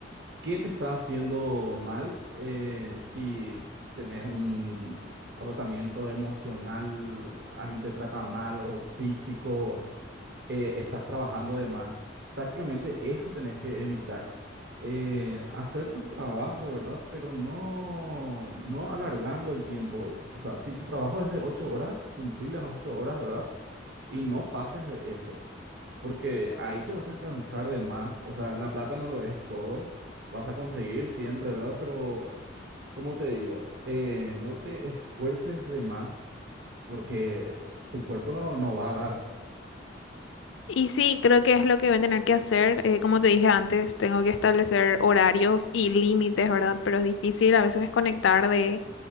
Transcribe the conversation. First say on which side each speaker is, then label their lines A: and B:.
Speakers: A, on the right; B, on the left.
A: ¿qué te está haciendo mal? Eh, si tenés un agotamiento emocional, alguien te trata mal o físico. eh, estás trabajando de más. Prácticamente eso tenés que evitar. Eh, hacer tu trabajo, ¿verdad? Pero no, no alargando el tiempo. O sea, si tu trabajo es de ocho horas, cumplir las ocho horas, ¿verdad? Y no pases de eso, porque ahí te vas a cansar de más. O sea, la plata no lo es todo. Vas a conseguir siempre, ¿verdad? Pero, como te digo, eh, no te esfuerces de más, porque tu cuerpo no, no va a dar.
B: Y sí, creo que es lo que voy a tener que hacer. Eh, como te dije antes, tengo que establecer horarios y límites, ¿verdad? Pero es difícil a veces desconectar de,